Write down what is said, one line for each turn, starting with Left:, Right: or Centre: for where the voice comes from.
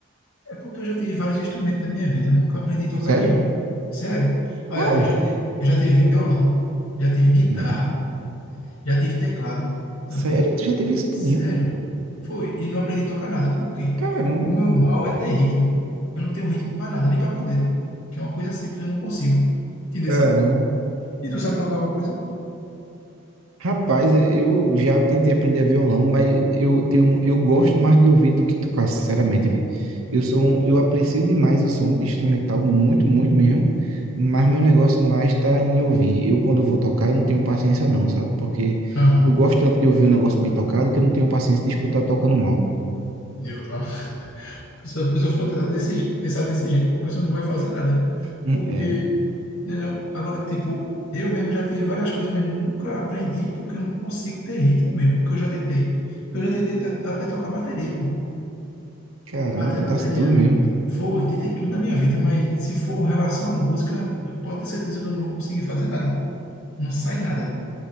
Left: É porque eu já tive vários instrumentos na minha vida. Eu nunca aprendi a tocar
Right: Sério?
Left: nenhum. Sério. Olha,
Right: Qual?
Left: eu já tive, eu já tive violão. Já tive guitarra.
Right: Hum.
Left: Já tive teclado também.
Right: Sério? Tu já teve isso
Left: Sério?
Right: tudo?
Left: Foi. E não aprendi a tocar nada. Por quê?
Right: Caramba,
Left: O meu mal é ter ritmo. Eu não tenho ritmo para nada, nem para pandeiro, que é uma coisa simples, eu não consigo. Entendeu?
Right: caramba.
Left: E tu sabe tocar alguma coisa?
Right: Rapaz, eu já tentei aprender violão, mas eu tenho, eu gosto mais de ouvir do que tocar, sinceramente, vi. Eu sou, um- eu aprecio demais o som de instrumental, muito, muito mesmo, mas meu negócio mais está em ouvir. Eu, quando vou tocar, eu não tenho paciência não, sabe? Porque
Left: Aham.
Right: eu gosto tanto de ouvir um negócio bem tocado que eu não tenho paciência de escutar tocando mal.
Left: Eu, a pessoa, a pessoa for tentar desse, je- pensar desse jeito, pô, a pessoa não vai fazer nada.
Right: Hum,
Left: Porque,
Right: É,
Left: né, não. Agora, tipo, eu mesmo já tive várias coisas, mas nunca aprendi porque eu não consigo ter ritmo mesmo, porque eu já tentei. Eu já tentei até, até tocar bateria, pô.
Right: caramba,
Left: Até
Right: tentasse
Left: bateria.
Right: tudo mesmo.
Left: Foi, tentei tudo na minha vida, mas se for relação à música, pode ter certeza que eu não vou conseguir fazer nada. Não sai nada.